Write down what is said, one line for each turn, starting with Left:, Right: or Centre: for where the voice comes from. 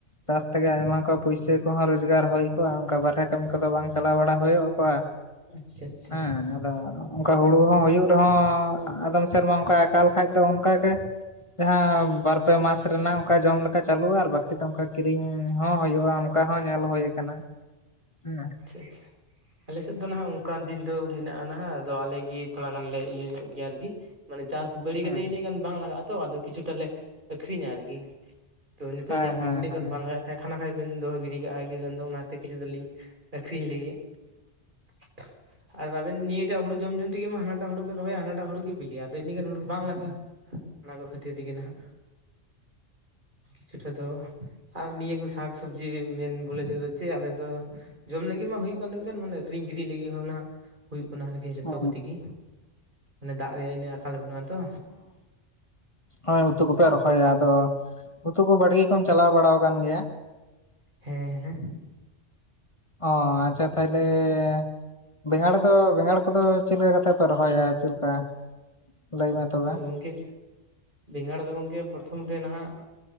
Left: ᱪᱟᱥ ᱛᱮᱜᱮ ᱟᱭᱢᱟ ᱠᱚ ᱯᱩᱭᱥᱟᱹ ᱠᱚᱦᱚᱸ ᱨᱚᱡᱽᱜᱟᱨ ᱦᱳᱭ ᱠᱚᱜᱼᱟ᱾ ᱚᱱᱠᱟ ᱵᱟᱨᱦᱮ ᱠᱟᱹᱢᱤ ᱠᱚᱫᱚ ᱵᱟᱝ ᱪᱟᱞᱟᱣ ᱵᱟᱲᱟ ᱦᱳᱭᱳᱜ ᱠᱚᱣᱟ
Right: ᱟᱪᱪᱷᱟ ᱟᱪᱪᱷᱟ
Left: ᱦᱮᱸ ᱟᱫᱚ ᱚᱱᱠᱟ ᱦᱩᱲᱩ ᱦᱚᱸ ᱦᱩᱭᱩᱜ ᱨᱮᱦᱚᱸ ᱟᱫᱚᱢ ᱥᱮᱨᱢᱟ ᱚᱱᱠᱟ ᱟᱠᱟᱠᱟᱞ ᱠᱷᱟᱡ ᱫᱚ ᱚᱱᱠᱟᱜᱮᱼᱼ ᱡᱟᱦᱟᱸ ᱵᱟᱨ ᱯᱮ ᱢᱟᱥ ᱨᱮᱱᱟᱜ ᱚᱱᱠᱟ ᱡᱚᱢ ᱞᱮᱠᱟ ᱪᱟᱹᱞᱩᱜᱼᱟ, ᱟᱨ ᱵᱟᱠᱤ ᱫᱚ ᱚᱱᱠᱟ ᱼᱼ ᱠᱤᱨᱤᱧ ᱦᱚᱸ ᱦᱳᱭᱳᱜᱼᱟ, ᱚᱱᱠᱟ ᱦᱚᱸ ᱧᱮᱞ ᱦᱳᱭ ᱟᱠᱟᱱᱟ ᱦᱮᱸ᱾
Right: ᱟᱪᱷᱟ ᱟᱞᱮᱥᱮᱫ ᱫᱚ ᱱᱟᱦᱟᱜ ᱚᱱᱠᱟᱱ ᱫᱤᱱ ᱫᱚ ᱟᱹᱣᱨᱤ ᱦᱮᱱᱟᱜᱼᱟ, ᱱᱟᱦᱟᱜ ᱟᱫᱚ ᱟᱞᱮᱜᱤ ᱛᱷᱚᱲᱟ ᱜᱟᱱ ᱞᱮ ᱤᱭᱟᱹ ᱧᱚᱜ ᱜᱮᱭᱟ ᱟᱨᱠᱤ ᱢᱟᱱᱮ ᱪᱟᱥ ᱵᱟᱹᱲᱤ
Left: ᱦᱮᱸ
Right: ᱠᱟᱛᱮ ᱤᱱᱟᱹᱜ ᱜᱟᱱ ᱵᱟᱝ ᱞᱟᱜᱟᱜᱼᱟ᱾ ᱛᱚ ᱟᱫᱚ ᱠᱤᱪᱷᱩ ᱴᱟ ᱞᱮ ᱟᱠᱷᱨᱤᱧᱟ ᱟᱨᱠᱤ᱾ ᱛᱚ ᱱᱤᱛᱚᱜ
Left: ᱦᱮᱸ
Right: ᱧᱮᱞ
Left: ᱦᱮᱸ
Right: ᱵᱮᱱ ᱤᱱᱟᱹᱜ
Left: ᱦᱮᱸ
Right: ᱜᱟᱱ ᱵᱟᱝ ᱞᱟᱜᱟᱜ ᱠᱷᱟᱱ ᱠᱷᱟᱱᱟ ᱠᱷᱟᱡ ᱵᱮᱱ ᱫᱚᱦᱚ ᱜᱤᱰᱤ ᱠᱟᱜᱼᱟ, ᱤᱱᱟᱹ ᱜᱟᱱ ᱫᱚ ᱚᱱᱟᱛᱮ ᱠᱤᱪᱩ ᱫᱚ ᱞᱤᱧ ᱟᱹᱠᱷᱨᱤᱧ ᱞᱟᱹᱜᱤᱫ᱾ ᱟᱨ ᱟᱵᱮᱱ ᱱᱤᱭᱟᱹ ᱴᱟᱜ ᱦᱩᱲᱩ ᱡᱚᱢ ᱡᱚᱢ ᱛᱮᱜᱮ ᱢᱟ ᱦᱟᱱᱟᱴᱟᱜ ᱦᱩᱲᱩ ᱵᱮᱱ ᱨᱚᱦᱚᱭᱟ ᱦᱟᱱᱟ ᱦᱩᱲᱩ ᱜᱮ ᱵᱤᱞᱤᱜ-ᱟ, ᱟᱫᱚ ᱤᱱᱟᱹᱜᱟᱱ ᱦᱩᱲᱩ ᱵᱟᱝ ᱞᱟᱜᱟᱜ-ᱟ᱾ ᱚᱱᱟ ᱠᱚ ᱠᱷᱟᱹᱛᱤᱨ ᱛᱮᱜᱮ ᱱᱟᱦᱟᱜ᱾ ᱠᱤᱪᱷᱩᱴᱟ ᱫᱚ ᱟᱨ ᱱᱤᱭᱟᱹ ᱠᱚ ᱥᱟᱠᱼᱥᱚᱵᱽᱡᱤ ᱢᱮᱱ ᱵᱚᱞᱮ ᱛᱮᱫᱚ ᱪᱮᱫ ᱟᱞᱮᱫ ᱫᱚ ᱡᱚᱢ ᱞᱟᱹᱜᱤᱜ ᱢᱟ ᱦᱩᱭᱩᱜ ᱠᱟᱱ ᱦᱩᱭᱩᱜ ᱜᱟᱱ ᱢᱟᱱᱮ ᱟᱹᱠᱷᱨᱤᱧ ᱠᱤᱨᱤᱧ ᱞᱟᱹᱜᱤᱫ ᱦᱚᱸ ᱱᱟᱜ ᱦᱩᱭᱩᱜ ᱠᱟᱱᱟ᱾ ᱡᱷᱚᱛᱚ
Left: ᱚ
Right: ᱠᱚᱛᱮᱜᱤ ᱢᱟᱱᱮ ᱫᱟᱜ ᱨᱮᱭᱟᱜ ᱤᱱᱟᱹᱜ ᱟᱠᱟᱞ ᱵᱟᱹᱱᱩᱜᱼᱟ ᱛᱚ᱾
Left: ᱦᱚᱭ ᱩᱛᱩ ᱠᱚᱯᱮ ᱨᱚᱦᱚᱭᱟ, ᱟᱫᱚ ᱩᱛᱩ ᱠᱚ ᱵᱟᱲᱜᱮ ᱠᱚᱢ ᱪᱟᱞᱟᱣ ᱵᱟᱲᱟᱶ ᱠᱟᱱ ᱜᱮᱭᱟ?
Right: <inaudible> ᱦᱮᱸ ᱦᱮᱸ᱾
Left: ᱚᱻ ᱟᱪᱪᱷᱟ ᱛᱟᱭᱞᱮᱻ ᱵᱮᱸᱜᱟᱲ ᱫᱚ ᱵᱮᱸᱜᱟᱲ ᱠᱚᱫᱚ ᱪᱮᱫ ᱞᱮᱠᱟ ᱠᱟᱛᱮᱫ ᱯᱮ ᱨᱚᱦᱚᱭᱟ ᱪᱮᱫ ᱞᱮᱠᱟ ᱞᱟᱹᱭ ᱢᱮ ᱛᱚᱵᱮ?
Right: ᱤᱱᱠᱟᱹ ᱵᱮᱸᱜᱟᱲ ᱫᱚ ᱜᱚᱢᱠᱮ ᱯᱨᱚᱛᱷᱚᱢ ᱨᱮ ᱱᱟᱦᱟᱜ